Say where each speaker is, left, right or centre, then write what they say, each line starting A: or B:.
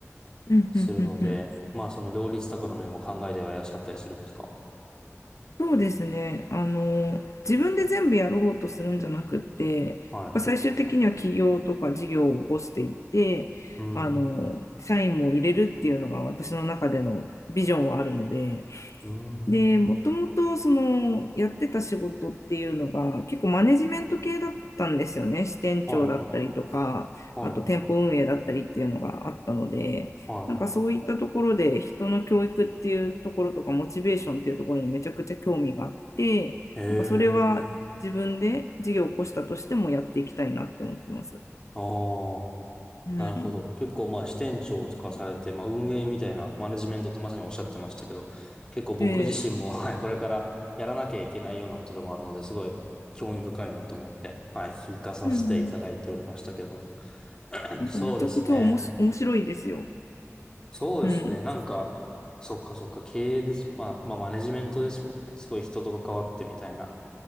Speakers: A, on the left; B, on the left.
A: うんうんうんうんうん
B: するので、まあその両立とかの面も考えてはいらっしゃったりするんですか
A: そうですね。あの、自分で全部やろうとするんじゃなくって、やっぱ最終的には企業とか事業を起こしていって、
B: はい。うん。
A: あの、社員も入れるっていうのが私の中でのビジョンはあるので、
B: うん。
A: で、もともとそのやってた仕事っていうのが結構マネジメント系だったんですよね。支店長だったりとか、
B: はい。はい。
A: あと店舗運営だったりっていうのがあったので、
B: は
A: なんかそういったところで人の教育っていうところとかモチベーションっていうところにめちゃくちゃ興味があって、
B: い。へ
A: なんかそれは自分で事業を起こしたとしてもやっていきたいなって思ってます。
B: え。ああ、
A: うん。
B: なるほど。結構まあ支店長とかされて、まあ運営みたいなマネジメントってまさにおっしゃってましたけど、結構僕自身も、
A: ええ。
B: <laughs> はい、これからやらなきゃいけないようなことでもあるので、すごい興味深いなと思って、はい、聞かさせていただいておりましたけども。
A: うんうん。
B: <clears throat>
A: なんかめちゃくちゃおもし面白いですよ。
B: そうですね。そうですね。
A: うん。
B: なんか、そっかそっか、経営です。まあ、まあ、マネジメントですもんね。すごい人と関わってみたいな、